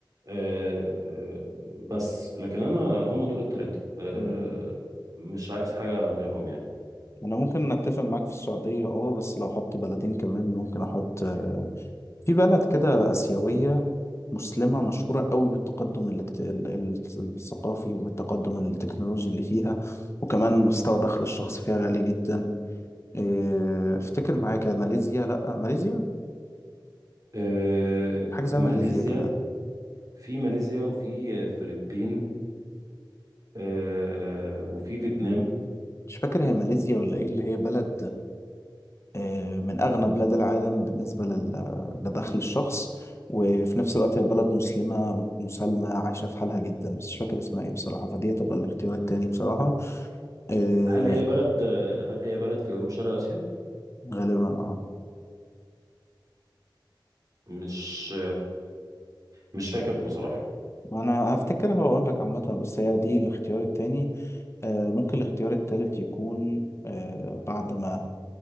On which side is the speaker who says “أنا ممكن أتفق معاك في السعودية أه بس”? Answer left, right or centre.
Left